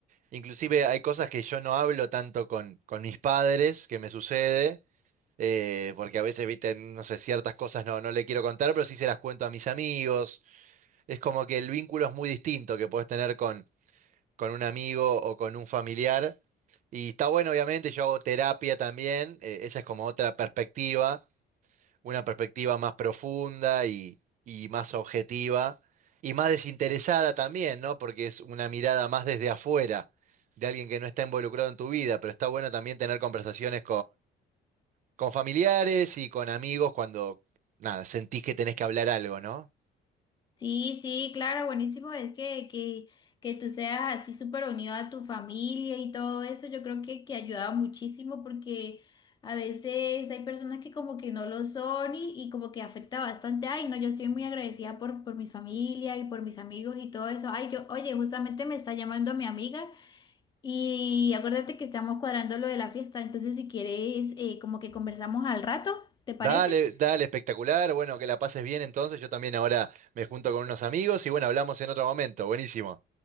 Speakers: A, on the right; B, on the left.
A: Inclusive hay cosas que yo no hablo tanto con, con mis padres, que me sucede. eh, porque a veces, viste, no sé, ciertas cosas no, no le quiero contar, pero sí se las cuento a mis amigos. Es como que el vínculo es muy distinto que puedes tener con, con un amigo o con un familiar. Y está bueno, obviamente, yo hago terapia también, eh, esa es como otra perspectiva, una perspectiva más profunda y, y más objetiva y más desinteresada también, ¿no? Porque es una mirada más desde afuera, de alguien que no está involucrado en tu vida, pero está bueno también tener conversaciones con familiares y con amigos cuando, nada, sentís que tenés que hablar algo, ¿no?
B: Sí, sí, claro, buenísimo es que, que, que tú seas así súper unido a tu familia y todo eso, yo creo que, que ayuda muchísimo porque a veces hay personas que como que no lo son y, y como que afecta bastante. Ay, no, yo estoy muy agradecida por, por mi familia y por mis amigos y todo eso. Ay, yo, oye, justamente me está llamando mi amiga y acuérdate que estamos cuadrando lo de la fiesta, entonces si quieres eh, como que conversamos al rato, ¿te parece?
A: Dale, dale, espectacular. Bueno, que la pases bien entonces. Yo también ahora me junto con unos amigos y bueno, hablamos en otro momento. Buenísimo.